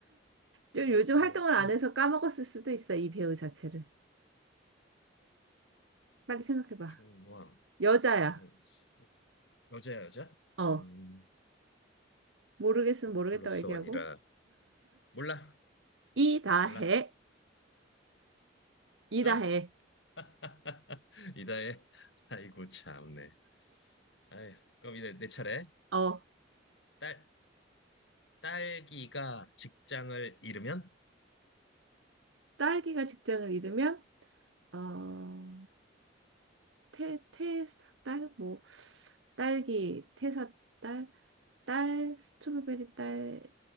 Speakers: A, on the right; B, on the left.
A: 좀
B: 잉,
A: 요즘
B: 왕,
A: 활동을
B: 잉,
A: 안 해서 까먹었을 수도 있어, 이 배우 자체를. 빨리 생각해봐.
B: 왕, 중, 왕,
A: 여자야.
B: 안, 수. 여자야, 여자?
A: 어,
B: 음,
A: 모르겠으면
B: 원
A: 모르겠다고
B: 플러스
A: 얘기하고.
B: 원이라. 몰라,
A: 이다해.
B: 몰라.
A: 이다해.
B: 아, <laughs> 이다의, 아이고, 참네. 아이, 그럼 이제 내 차례.
A: 어,
B: 딸, 딸기가 직장을 잃으면?
A: 딸기가 직장을 잃으면, 어,
B: 어,
A: 태, 태, 딸, 뭐, 딸기, 태사, 딸, 딸, 스트로베리 딸,